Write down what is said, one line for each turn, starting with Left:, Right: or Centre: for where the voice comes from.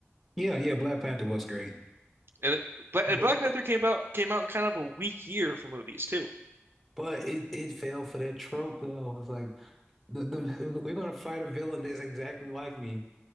Centre: Yeah, yeah, Black Panther was great.
Right: And, it, Bla-
Centre: But
Right: and Black Panther came out came out in kind of a weak year for movies too.
Centre: but it, it fell for that trope though. It's like the, the we're gonna fight a villain that's exactly like me.